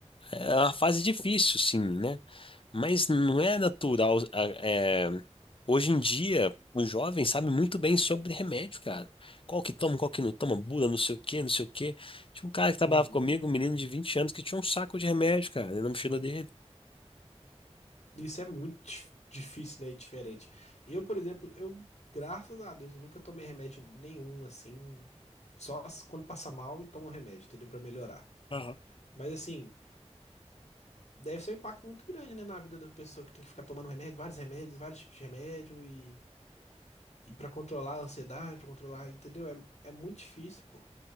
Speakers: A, on the left; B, on the left.
A: É uma fase difícil, sim, né? Mas não é natural. a- é, hoje em dia, o jovem sabe muito bem sobre remédio, cara. Qual que toma, qual que não toma, bula, não sei o quê, não sei o quê. Tinha um cara que trabalhava
B: Uhum.
A: comigo, um menino de 20 anos, que tinha um saco de remédio, cara, na mochila dele.
B: Isso é muito dif- difícil, né? E diferente. Eu, por exemplo, eu, graças a Deus, eu nunca tomei remédio nenhum, assim. Só as- quando passa mal e toma um remédio, entendeu? Pra melhorar.
A: Aham.
B: Mas, assim, deve ser um impacto muito grande, né? Na vida da pessoa que tem que ficar tomando remédio, vários remédios, vários tipos de remédio e. E pra controlar a ansiedade, pra controlar, entendeu? É, é muito difícil, pô.